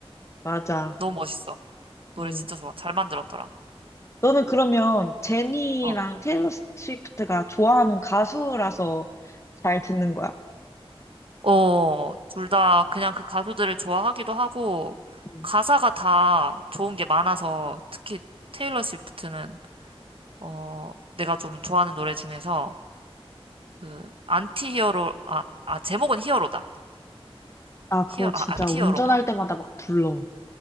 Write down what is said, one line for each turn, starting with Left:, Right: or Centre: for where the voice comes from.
Left: 맞아.
Right: 너무 멋있어. 노래
Left: 응.
Right: 진짜 좋아. 잘 만들었더라.
Left: 너는 그러면 제니랑
Right: 어,
Left: 테일러 스위프트가 좋아하는 가수라서 잘 듣는 거야?
Right: 어, 둘 다 그냥 그 가수들을 좋아하기도 하고,
Left: 응
Right: 가사가 다 좋은 게 많아서, 특히 테일러 스위프트는, 어, 내가 좀 좋아하는 노래 중에서, 그, 안티 히어로, 아, 아, 제목은 히어로다.
Left: 아 그거
Right: 히어,
Left: 진짜
Right: 아, 안티
Left: 운전할
Right: 히어로인가?
Left: 때마다 막 불러.